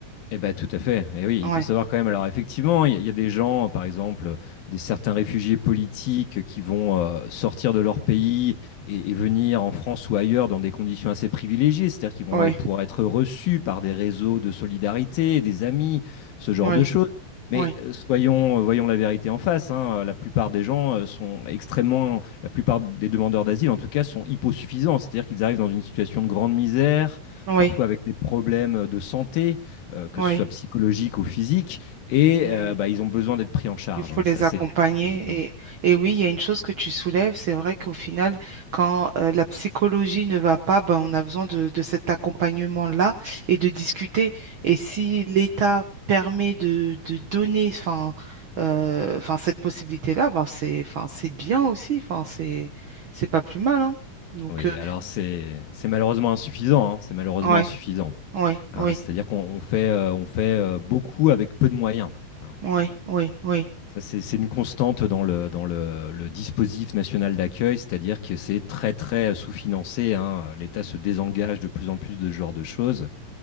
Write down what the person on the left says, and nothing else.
Eh ben tout à fait et oui,
il faut savoir quand même alors effectivement, il y a il y a des gens, par exemple, heu, des certains réfugiés politiques qui vont, heu, sortir de leur pays et et venir en France ou ailleurs dans des conditions assez privilégiées. C'est-à-dire qu'ils vont,
ouais, pouvoir être reçus par des réseaux de solidarité, des amis, ce genre
de choses. Mais,
heu, soyons, heu, voyons la vérité en face, hein, heu, la plupart des gens, heu, sont extrêmement la plupart des demandeurs d'asile, en tout cas, sont hyposuffisants. C'est-à-dire qu'ils arrivent dans une situation de grande misère,
parfois avec des problèmes, de santé euh, que
ce soit psychologique ou physique, et
euh, bah, ils ont besoin d'être pris en charge,
hein,
ça c'est
c'est évident.
Oui,
alors c'est c'est malheureusement insuffisant, hein, c'est malheureusement
insuffisant.
hein,
c'est-à-dire qu'on on fait, euh, on fait euh, beaucoup avec peu de moyens. hein.
Ça c'est c'est une constante dans le, dans le, le dispositif national d'accueil, c'est-à-dire que c'est très très sous-financé. hein. L'État se désengage de plus en plus de ce genre de choses,